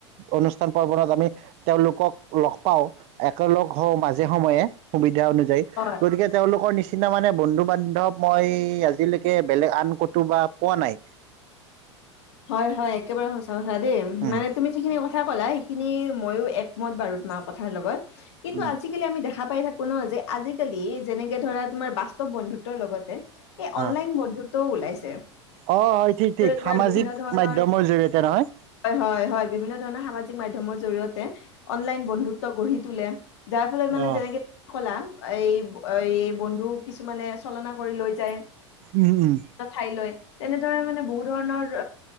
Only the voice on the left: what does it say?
অ
হয়- হয় একেবাৰে সচা -সচা দেই
মানে তুমি যিখিনি ক থা কলা সেইখিনি ময়ো একমত বাৰু। তোমাৰ কথাৰ লগত কিন্তু
আজিকালি আমি দেখা, দেখা পাই থাকো ন যে আজিকালি যেনেকে ধৰা তোমাৰ বাস্তৱ বন্ধুত্বৰ লগতে, এই
অনলাইন বন্ধুত ওলাইছে।
তাৰ
বিভিন্ন ধৰৰ
হয় -হয় -হয় বিভিন্ন ধৰণৰ সামাজিক মাধ্যামৰ জৰিয়তে অনলাইন বন্ধুত্ব গঢ়ি তোলে। যাৰ ফলত মানে
যেনেকে কলা এই- এই বন্ধু কিছুমানে চলনা কৰি লৈ যায়।
ঠাই লৈ তেনেদৰে মানে বহুত। ধৰণৰ